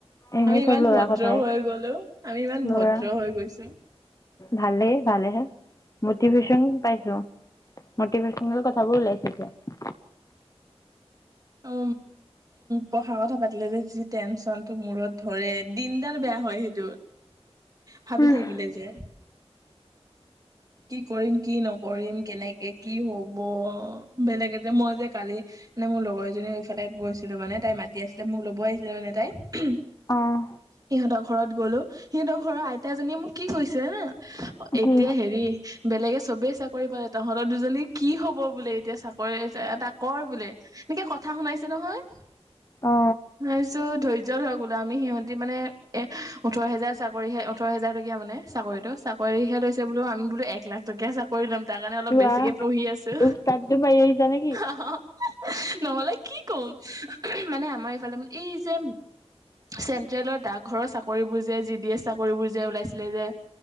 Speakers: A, on the left (about 30°); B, on the right (about 35°).
A: এনেই
B: আমি ইমান
A: চব ল'ৰা
B: ভদ্ৰ
A: কথাই
B: হৈ গলো আমি ইমান
A: ল'ৰা
B: ভদ্ৰ হৈ গৈছো।
A: ভালেই ভালে হে। মটিভেশ্যন পাইছো মটিভেশচনেল কথাবোৰ ওলাইছো এতিয়া।
B: অ পঢ়া কথা পাতিলে যে যি টেনচন টো মূৰত ধৰে। দিনডাল বেয়া হয় সেইটো। ভাবি
A: অ
B: থাকিলে যে। কি কৰিম? কি নকৰিম? কেনেকে কি হব? বেলেগে যে মই যে কালি নহয় মোৰ লগৰ এজনীও এইফালে গৈছিলো, মানে তাই মাতি আছিলে মোক, ল'ব আহিছিলে মানে তাই
A: আহ
B: সিহঁতৰ ঘৰত গ'লো, সিহঁতৰ ঘৰৰ আইতাজনীয়ে মোক কি কৈছে জানা
A: কি
B: এতিয়া হেৰি বেলেগে চবেই চাকৰি পালে তহঁতৰ দুজনী কি হ'ব বোলে এতিয়া চাকৰি এটা কৰ বোলে এনেকে ক কথা শুনাইছে নহয়,
A: অ
B: তাৰপিছত ধৈৰ্য ধৰক বোলো আমি সিহঁতি মানে এ ওঠৰ হেজাৰ চাকৰি, ওঠৰ হেজাৰ টকীয়া মানে চাকৰিটো। চাকৰিহে লৈছে বোলো আমি বোলো এক লাখ টকীয়াে চাকৰি ল'ম। তাৰ কাৰণে অলপ
A: কিবা
B: বেছিকে পঢ়ি আছো,
A: উস্তাদিটো মাৰি আহিছা নেকি?
B: অ নহলে কি কম? মানে আমাৰ এইফালে মান এই যে চেন্ট্ৰেলৰ ডাকঘৰৰ চাকৰিবোৰ যে? জি ডি এছ চাকৰিবোৰ যে ওলাইছিলে যে।